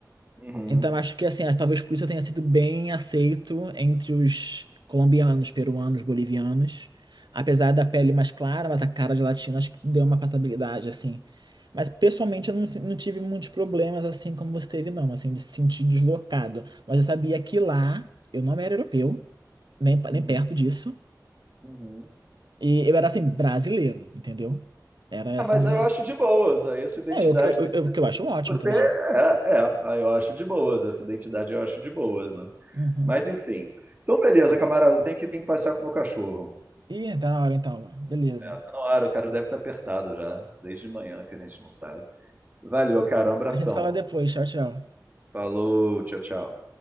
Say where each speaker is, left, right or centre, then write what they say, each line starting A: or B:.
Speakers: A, on the right; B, on the right.
A: Uhum.
B: Então acho que assim, é, talvez por isso eu tenha sido bem aceito entre os colombianos, peruanos, bolivianos. Apesar da pele mais clara, mas a cara de latino acho que deu uma passabilidade, assim. Mas pessoalmente eu não, não tive muitos problemas assim como você teve, não, assim, de se sentir deslocado. Mas eu sabia que lá eu não era europeu, nem, pa-
A: Uhum.
B: nem perto disso.
A: Uhum.
B: E eu era assim, brasileiro, entendeu? Era essa
A: Ah, mas
B: minha.
A: eu acho de boas. Aí essa identidade
B: É, o que eu, eu,
A: tem.
B: eu, que eu acho ótimo
A: Você
B: também.
A: é, é, aí eu acho de boas. Essa identidade eu acho de boas, né?
B: Uhum.
A: Mas enfim. Então, beleza, camarada. Tem que, tem que passear com o meu cachorro.
B: Ih, tá na hora então. Beleza.
A: É, tá na hora, o cara deve estar apertado já. Desde de manhã que a gente não sai. Valeu, cara. Um abração.
B: A gente se fala depois. Tchau, tchau.
A: Falou, tchau, tchau.